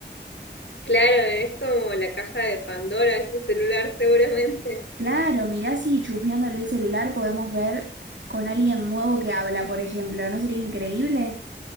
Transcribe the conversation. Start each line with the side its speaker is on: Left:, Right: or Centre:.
Left: Claro, es como la caja de Pandora, ese celular seguramente.
Right: Claro, mirá si chusmeándole el celular podemos ver con alguien nuevo que habla, por ejemplo, ¿no sería increíble?